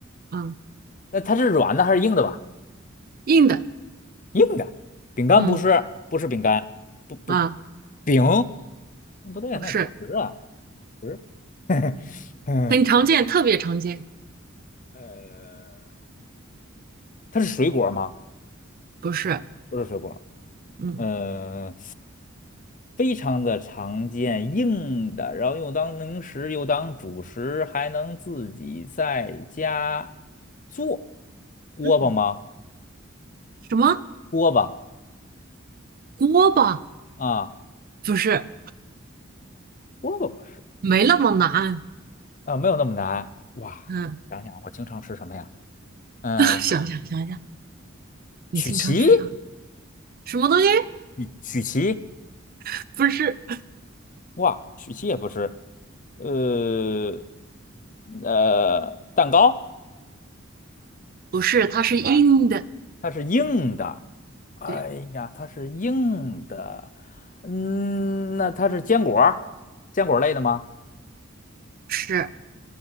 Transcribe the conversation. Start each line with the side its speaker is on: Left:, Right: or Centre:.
Right: 嗯，
Left: 那它是软的还是硬的吧？
Right: 硬的，
Left: 硬的，饼干不是，
Right: 嗯
Left: 不是饼干，不不
Right: 啊，
Left: 饼，不对，
Right: 不是，
Left: 那主食啊，主食，<laughs> 嗯，
Right: 很常见，特别常见，
Left: 呃，它是水果吗？
Right: 不是，
Left: 不是水果。
Right: 嗯
Left: 呃，非常的常见，硬的，然后又当零食，又当主食，还能自己在家做。锅巴吗？
Right: 嗯，什么
Left: 锅巴
Right: 锅巴？
Left: 啊，
Right: 不是，
Left: 锅巴不是
Right: 没那么难，
Left: 啊，没有那么难。哇，
Right: 嗯
Left: 想想我经常吃什么呀？嗯，
Right: <laughs>，想想想想，你经常吃啥？
Left: 曲奇，
Right: 什么东西
Left: 曲曲奇，
Right: <laughs>？不是，
Left: 哇，曲奇也不是。呃，呃，蛋糕
Right: 不是，它是硬的，
Left: 它是硬的，哎呀，
Right: 对，
Left: 它是硬的，嗯，那它是坚果儿，坚果类的吗？
Right: 是